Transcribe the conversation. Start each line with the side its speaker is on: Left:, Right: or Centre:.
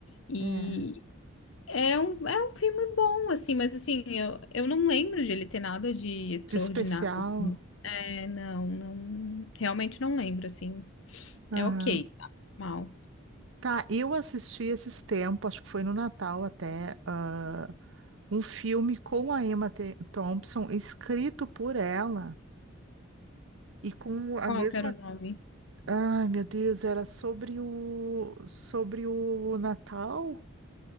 Left: E
Right: é.
Left: É um, é um filme bom, assim, mas assim, eu, eu não lembro de ele ter nada de extraordinário.
Right: De especial.
Left: É, não, não, realmente não lembro, assim.
Right: Aham.
Left: É ok, tá normal.
Right: Tá, eu assisti esses tempos, acho que foi no Natal até, ah, um filme com a Emma Te- Thompson, escrito por ela e com a
Left: Qual
Right: mesma
Left: que era o nome?
Right: Ai, meu Deus, era sobre o sobre o Natal?